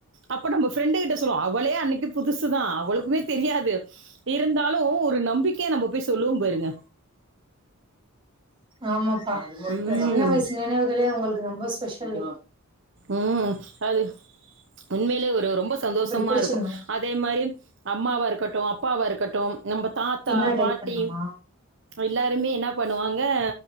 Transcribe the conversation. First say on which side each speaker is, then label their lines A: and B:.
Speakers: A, on the right; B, on the right.
A: அப்போ நம்ம ஃப்ரெண்டு கிட்ட சொல்லுவோம் இவளே அன்னைக்கு பு புதுசுத அவளுக்குமே தெரியாது இருந்தாலு ஒரு நம்பிக்கையா நம்ம போய் சொல்லுவோம் பாருங்க.
B: ஆமா
A: ம்.
B: எ சின்ன வயசு நினைவுகளே அவுங்களுக்கு ரொம்ப ஸ்பெஷல் சொல்லு
A: உம் அது உண்மையிலயே ஒரு ரொம்ப சந்தோஷமா
B: இப்படி புடிச்சிருந்தமா
A: இருக்கு அதே மாரி அம்மாவா இருக்கட்டு அப்பாவா இருக்கட்டு நம்ம தாத்தா
B: என்ன டைப்
A: பாட்டி
B: பண்ணுமா
A: எல்லாருமே என்னா பண்ணுவாங் அ